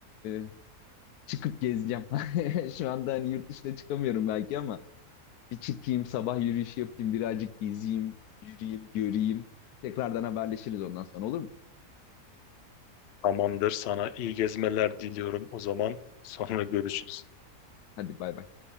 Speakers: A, on the left; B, on the left.
A: e, çıkıp gezeceğim. <laughs> Şu anda hani yurt dışına çıkamıyorum belki ama Bir çıkayım sabah yürüyüş yapayım birazcık gezeyim, yürüyeyim, göreyim. Tekrardan haberleşiriz ondan sonra olur mu?
B: Tamamdır, sana iyi gezmeler diliyorum o zaman. Sonra görüşürüz.
A: Hadi bay bay.